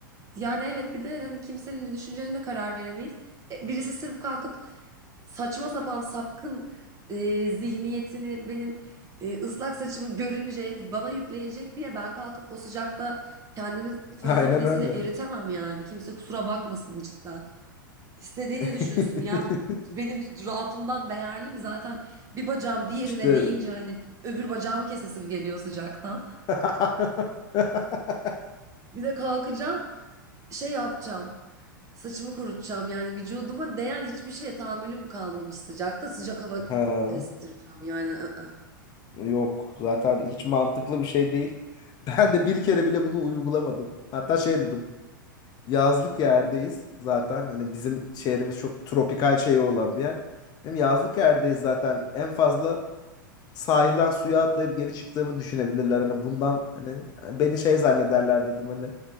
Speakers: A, on the right (about 30°); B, on the left (about 35°).
A: Yani evet bir de hani kimsenin de düşüncelerine de karar veremeyiz. E, Birisi sırf kalkıp saçma sapan sapkın e, zihniyetini benim e, ıslak saçımı görünce bana yükleyecek diye ben kalkıp o sıcakta kendimi fön
B: Aynen
A: makinesiyle
B: öyle.
A: eritemem yani. Kimse kusura bakmasın cidden. İstediğini
B: <laughs>
A: düşünsün ya benim rahatımdan değerli mi zaten bir bacağım diğerine
B: İşte
A: değince hani öbür bacağımı kesesim geliyor sıcaktan.
B: <laughs>
A: Bir de kalkacağım. şey yapacağım. Saçımı kurutacağım yani vücuduma değen hiçbir şeye tahammülüm kalmamış sıcakta sıcak hava
B: Ha,
A: estireceğim yani. ı-ı.
B: yok zaten hiç mantıklı bir şey değil. Ben de bir kere bile bunu uygulamadım. Hatta şey dedim. Yazlık yerdeyiz zaten. Hani bizim şehrimiz çok tropikal şeyi olan bir yer. Hem yazlık yerdeyiz zaten. En fazla sahilden suya atlayıp geri çıktığımı düşünebilirler. Hani bundan hani beni şey zannederler dedim. Hani